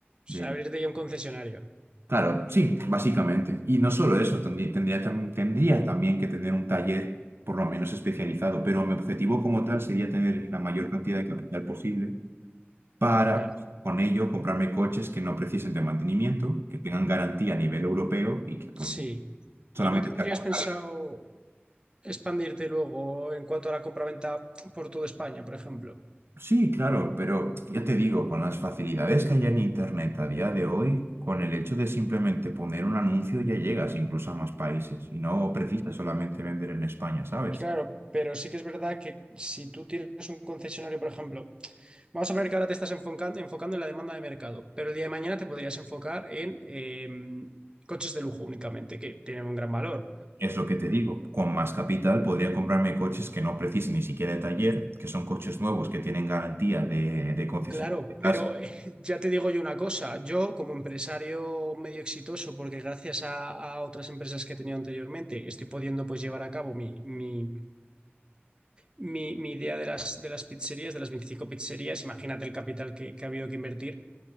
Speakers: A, on the right; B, on the right.
A: o
B: de...
A: sea, abrirte ya un concesionario,
B: Claro, sí, básicamente. Y no solo eso, tendría, tendría, tam- tendría también que tener un taller por lo menos especializado, pero mi objetivo como tal sería tener la mayor cantidad de capital posible para
A: claro.
B: pues, con ello comprarme coches que no precisen de mantenimiento, que tengan garantía a nivel europeo y que pues
A: Sí.
B: solamente
A: ¿Y no tendrías
B: sea comprable.
A: pensado expandirte luego en cuanto a la compraventa por toda España, por ejemplo?
B: Sí, claro, pero ya te digo, con las facilidades que hay en Internet a día de hoy, con el hecho de simplemente poner un anuncio ya llegas incluso a más países y no precisas solamente vender en España, ¿sabes?
A: Claro, pero sí que es verdad que si tú tienes un concesionario, por ejemplo, vamos a ver que ahora te estás enfocando, enfocando en la demanda de mercado, pero el día de mañana te podrías enfocar en em, coches de lujo únicamente, que tienen un gran valor.
B: Es lo que te digo, con más capital podría comprarme coches que no precisen ni siquiera de taller, que son coches nuevos que tienen garantía de, de concesión
A: Claro,
B: de
A: pero
B: casa.
A: <laughs> eh, ya te digo yo una cosa, yo como empresario medio exitoso, porque gracias a, a otras empresas que he tenido anteriormente, estoy pudiendo pues llevar a cabo mi, mi mi, mi idea de las, de las pizzerías, de las veinticinco pizzerías, imagínate el capital que, que ha habido que invertir.